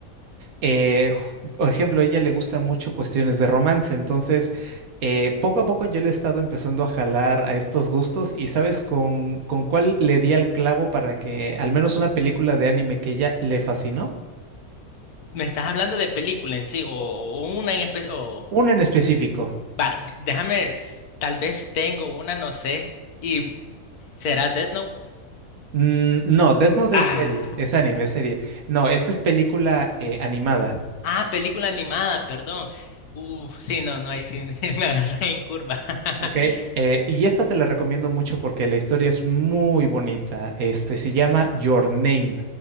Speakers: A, on the right; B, on the left.
A: eh, ju- por ejemplo, a ella le gustan mucho cuestiones de romance, entonces eh, poco a poco yo le he estado empezando a jalar a estos gustos y sabes con, con cuál le di al clavo para que al menos una película de anime que ella le fascinó,
B: ¿Me estás hablando de película en sí o, o una en especial? O...
A: una en específico.
B: Va, d- déjame, s- tal vez tengo una, no sé, y será Death Note.
A: Mm, no, Death Note
B: Ah.
A: es serie, es anime, es serie. No, esta es película eh, animada.
B: Ah, película animada, perdón. Uf, sí, no, no, hay sí <laughs> me agarré en curva. <laughs>
A: Ok, eh, y esta te la recomiendo mucho porque la historia es muy bonita. Este se llama Your Name